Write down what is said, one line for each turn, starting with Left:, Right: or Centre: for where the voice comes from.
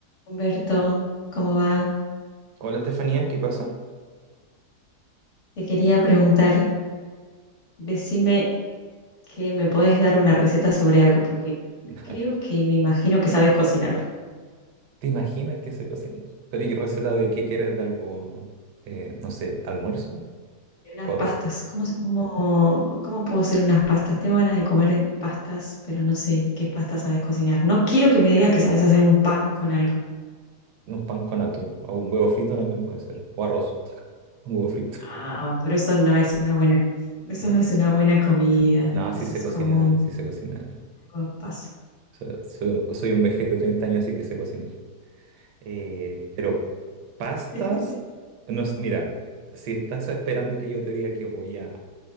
Left: Humberto, ¿cómo va?
Right: Hola Estefanía, ¿qué pasa?
Left: Te quería preguntar, decime que me podés dar una receta sobre algo, porque
Right: <laughs>
Left: creo
Right: Ay,
Left: que me imagino que sabes cocinar.
Right: ¿te imaginas que se cocina? Pero ¿y receta de qué quieres de algo, eh, no sé, almuerzo?
Left: De Unas
Right: ¿O
Left: pastas,
Right: rec-
Left: ¿cómo, se- cómo, cómo puedo hacer unas pastas? Tengo ganas de comer pastas, pero no sé qué pastas sabes cocinar. No quiero que me digas que sabes hacer un pan con algo.
Right: un pan con atún? ¿O un huevo frito también puede ser? ¿O arroz? <laughs> Un huevo frito.
Left: Ah, pero eso no es una buena, eso
Right: <laughs>
Left: no es una buena comida.
Right: No, no,
Left: Eso
Right: sí se
Left: es
Right: cocina,
Left: como un
Right: sí se cocina.
Left: algo a paso.
Right: Soy, soy- soy un vejete de 30 años, así que sé cocinar. Eh, pero pastas,
Left: <laughs>
Right: no, sé, mira, si estás esperando que yo te diga que voy a